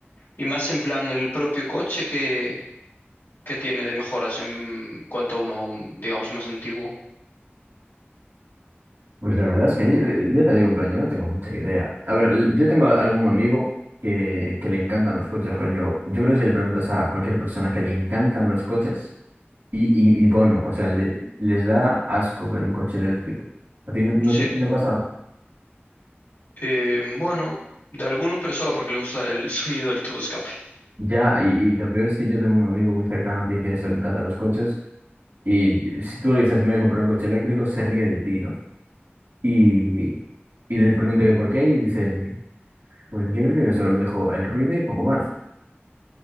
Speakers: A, on the left (about 75°); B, on the right (about 80°).
A: Y más en plan el propio coche que, que tiene de mejoras en cuanto a uno, digamos, más antiguo.
B: Pues la verdad es que ahí, eh, ya te digo, en plan, yo no tengo mucha idea. A ver, l- yo tengo a- algún amigo que, que le encantan los coches, rollo. Yo creo que si le preguntas a cualquier persona que le encantan los coches, y, y, y bueno, o sea, le- les da asco ver un coche eléctrico. ¿A ti no, no
A: Sí.
B: te, no te ha pasado?
A: Eh, bueno, de alguno, pero solo porque le gusta el <laughs> sonido del tubo escape.
B: Ya, y, y lo peor es que yo tengo un amigo muy cercano que dice eso, le encantan los coches. Y si tú le dices, me voy a comprar un coche eléctrico, se ríe de ti, ¿no? Y, y le pregunté que por qué y dice, pues yo creo que solo me dijo el ruido y poco más.